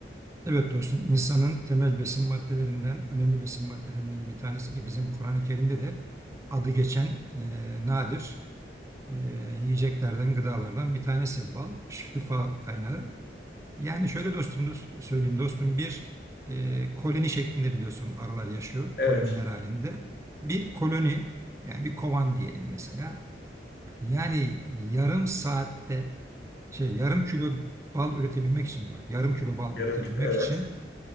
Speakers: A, on the right; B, on the left.
A: Evet dostum, insanın temel besin maddelerinden, önemli besin maddelerinden bir tanesi ki bizim Kur'an-ı Kerim'de de adı geçen e, nadir e, yiyeceklerden, gıdalardan bir tanesi bal, şifa kaynağı. Yani şöyle dostum, dost- söyleyeyim dostum, bir e, koloni şeklinde biliyorsun arılar yaşıyor,
B: Evet.
A: koloniler halinde. Bir koloni, yani bir kovan diyelim mesela. Yani yarım saatte, şey yarım kilo bal üretebilmek için bak, yarım kilo bal
B: Yarım
A: üretebilmek
B: kilo. Evet.
A: için